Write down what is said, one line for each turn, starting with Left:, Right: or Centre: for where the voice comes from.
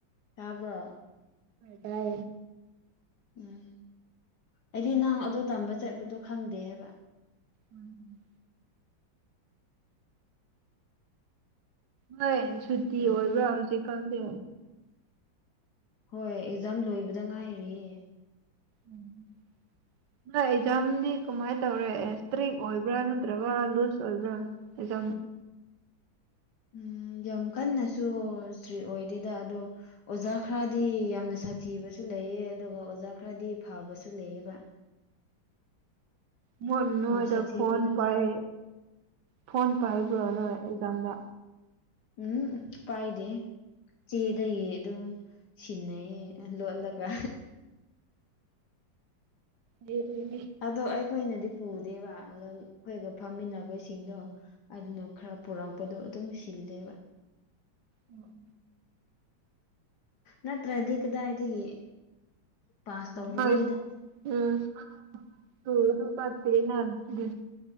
Left: ꯇꯥꯕ꯭ꯔꯣ
Right: ꯇꯥꯏꯌꯦ
Left: ꯎꯝ ꯑꯩꯗꯤ ꯅꯪ ꯑꯗꯨ ꯇꯝꯕ ꯆꯠꯄꯗꯣ ꯈꯪꯗꯦ ꯍꯥꯏꯕ
Right: ꯎꯝ ꯍꯣꯏ ꯁꯨꯇꯤ
Left: ꯌꯥꯝ
Right: ꯑꯣꯏꯕ꯭ꯔꯥ ꯍꯧꯖꯤꯛꯀꯥꯟꯁꯦ
Left: ꯍꯣꯏ ꯑꯦꯛꯖꯥꯝ ꯂꯣꯏꯕꯗ ꯉꯥꯏꯔꯤꯌꯦ
Right: ꯎꯝ ꯍꯣꯏ ꯑꯦꯛꯖꯥꯝꯗꯤ ꯀꯃꯥꯏ ꯇꯧꯔꯛꯑꯦ ꯭ꯇ꯭ꯔꯤꯛ ꯑꯣꯏꯕ꯭ꯔꯥ ꯅꯠꯇ꯭ꯔꯒ ꯂꯨꯖ ꯑꯣꯏꯕ꯭ꯔꯥ ꯑꯦꯛꯖꯥꯝ
Left: ꯎꯝ ꯌꯥꯝ ꯀꯟꯅꯁꯨ ꯏꯁꯇ꯭ꯔꯤ ꯑꯣꯏꯗꯦꯗ ꯑꯗꯣ ꯑꯣꯖꯥ ꯈꯔꯗꯤ ꯌꯥꯝꯅ ꯁꯥꯊꯤꯕꯁꯨ ꯂꯩꯑꯦ ꯑꯗꯨꯒ ꯑꯣꯖꯥ ꯈꯔꯗꯤ ꯐꯕꯁꯨ ꯂꯩꯑꯦꯕ <inaudible>
Right: ꯃꯣꯏꯅ ꯅꯣꯏꯗ
Left: ꯁꯥꯊꯤꯕꯗꯨꯗꯤ
Right: ꯐꯣꯟ ꯄꯥꯏ ꯐꯣꯟ ꯄꯥꯏꯕ꯭ꯔꯣ ꯅꯣꯏ ꯑꯦꯛꯖꯥꯝꯗ
Left: ꯎꯝ ꯄꯥꯏꯗꯦ ꯆꯦꯗꯒꯤ ꯑꯗꯨꯝ ꯁꯤꯟꯅꯩꯌꯦ ꯂꯣꯠꯂꯒ
Right: ꯔꯦꯠ ꯑꯣꯏꯕꯤ
Left: ꯑꯗꯣ ꯑꯩꯈꯣꯏꯅꯗꯤ ꯄꯨꯗꯦꯕ ꯑꯗ ꯑꯩꯈꯣꯏꯒ ꯐꯝꯃꯤꯟꯅꯕꯁꯤꯡꯗꯣ ꯑꯗꯨꯅ ꯈꯔ ꯄꯨꯔꯛꯄꯗꯣ ꯑꯗꯨꯝ ꯁꯤꯜꯂꯦꯕ
Right: ꯑꯣ ꯑꯣ
Left: ꯅꯠꯇ꯭ꯔꯗꯤ ꯀꯗꯥꯏꯗꯒꯤ ꯄꯥꯁ ꯇꯧꯔꯔꯣꯏꯗ
Right: ꯅꯣꯏ ꯎꯝ ꯇꯧꯗꯁꯨ ꯐꯠꯇꯦꯅ ꯑꯗꯨ